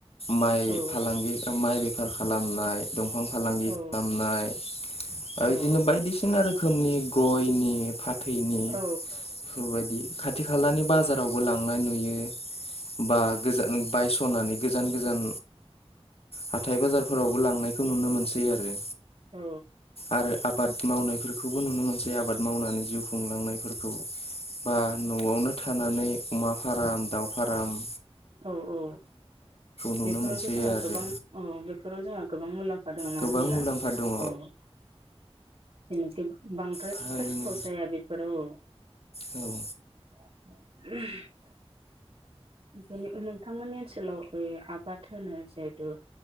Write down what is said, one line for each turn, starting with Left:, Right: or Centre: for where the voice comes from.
Left: माइ
Right: औ
Left: फालांगि ओ माइ बे फार खालामनाय दंफां फालांगि
Right: औ
Left: खालामनाय आरो बिदिनो
Right: औ
Left: बायदिसिना रो रोखोमनि गयनि फाथैनि बेफोरबायदि
Right: औ
Left: खाथि खालानि बाजारावबो लांनाय नुयो बा गोजान बायस'नानै गोजान गोजान हाथाय बाजारफोरावबो लांनायखौ नुनो मोनसै आरो
Right: औ
Left: आरो आबाद मावनायफोरखौबो नुनो मोनसै आबाद मावनानै जिउ खुंलांनायफोरखौ बा न'आवनो थानानै अमा फाराम दाउ फाराम
Right: औ औ
Left: नुनो
Right: बेफोरावथ'
Left: मोनसै
Right: जोंहा
Left: आरो
Right: गोबां औ बेफोराव जोंहा गोबां मुलाम फा दङ नङा
Left: गोबां
Right: होनब्ला
Left: मुलाम्फा दङ
Right: औ जेनोखि बांद्राय
Left: थारैनो
Right: खस्थ' जाया बेफोराव
Left: औ
Right: <inaudible> जेनोखि नोंथांमोननि ओनसोलाव ओ आबाद होनो जिहेथु